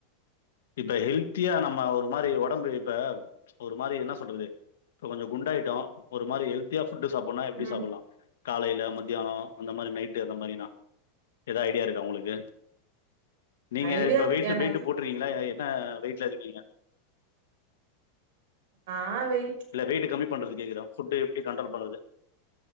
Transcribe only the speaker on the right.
ம்
ஐடியா
எனக்கு
நா வெய்ட்